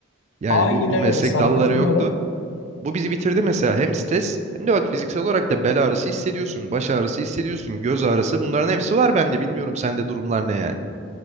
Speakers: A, on the right (about 35°); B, on the left (about 65°).
A: Yani
B: Aynen
A: bu, bu meslek
B: öyle sana
A: dalları
B: katılıyorum.
A: yoktu. Bu bizi bitirdi mesela. Hem stres hem de bak fiziksel olarak da bel ağrısı hissediyorsun. Baş ağrısı hissediyorsun. Göz ağrısı. Bunların hepsi var bende. Bilmiyorum sende durumlar ne yani.